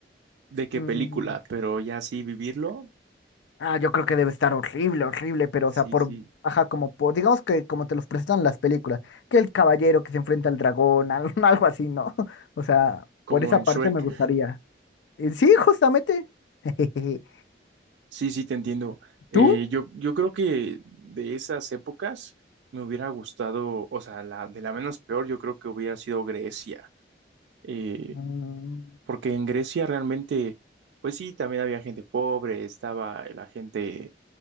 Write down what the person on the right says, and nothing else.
¿de qué
película? Pero ya sí vivirlo,
sí,
sí,
como
en
Shrek.
Sí, sí, te entiendo. Eh,
yo, yo creo que de esas épocas me hubiera gustado, o sea, la, de la menos peor, yo creo que hubiera sido Grecia. Eh,
porque en Grecia realmente, pues sí, también había gente pobre, estaba la gente